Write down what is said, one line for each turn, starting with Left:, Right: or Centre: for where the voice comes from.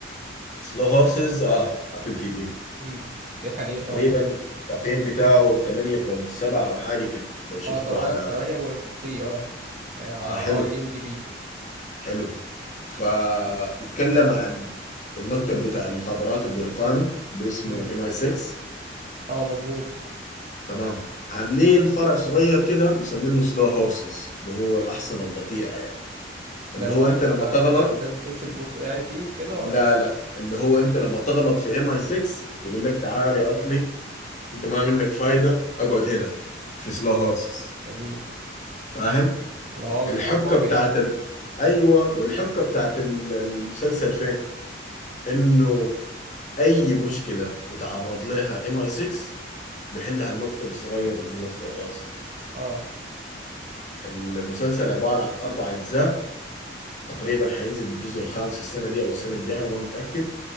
Left: سلو هورسز اه ابل تي في
Right: امم بيحكي عن ايه
Left: تقريبا
Right: طب ولا ايه
Left: التقييم بتاعه 8.7 او حاجة كده لو شفته
Right: اه طبعا
Left: على
Right: 8.3 اه آه، على
Left: آه حلو
Right: اي ام دي بي
Left: حلو فبيتكلم عن المكتب بتاع المخابرات البريطاني اللي اسمه
Right: امم
Left: ام اي 6
Right: اه مظبوط
Left: تمام عاملين فرع صغير كده مسمينه سلو هورسز اللي هو الاحصنه البطيئه يعني اللي
Right: ده اللي
Left: هو
Right: هو
Left: انت
Right: بيبقى
Left: لما تغلط
Right: فيه احداث بتمشي ببطء يعني فيه وكده
Left: لا
Right: ولا
Left: لا اللي هو انت لما تغلط في ام اي 6 يقول لك تعال يا اصلي انت ما منك فايده اقعد هنا في سلو هورسز
Right: جميل
Left: فاهم
Right: اللي هو
Left: الحبكه
Right: بيبقى عقاب
Left: بتاعت
Right: يعني
Left: ال... ايوه والحبكه بتاعت ال- المسلسل فين انه اي مشكله بتعرض لها ام اي 6 بيحلها المكتب الصغير اللي هو سلو هورسز ده
Right: اه
Left: المسلسل عباره عن اربع اجزاء تقريبا حينزل الجزء الخامس السنه دي او السنه الجايه ما متاكد